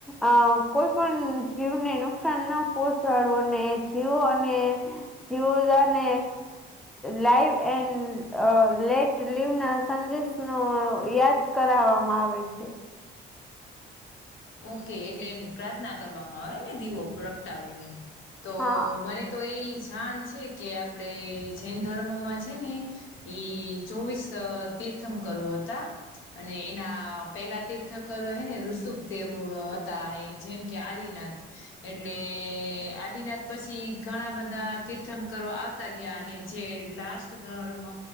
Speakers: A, in the centre; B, on the left.
A: અ કોઈ પણ જીવને નુકસાન ના પહોચાડવું અને જીવો અને જીવજ ને લાઈવ એન્ડ લેટ લિવ ના સંદેશ નો યાદ કરાવવામાં આવે છે
B: ઓકે એટલે એની પ્રાર્થના કરવામાં આવે ને દીવો પ્રગટાવીને તો
A: હા
B: મને તો એ જાણ છે કે આપણેે જૈન ધર્મમાં છે ને એઈ ચોવીસ તીર્થમ કરવો હતા અને એના પેલા તીર્થક હે ને ઋતુમ તેઓ હતા એ જેમ કે આદિનાથ એટલે આદિનાથ પછી ઘણા બધા તીર્થંકરો તા ગયા અને જે લાસ્ટ ધર્મ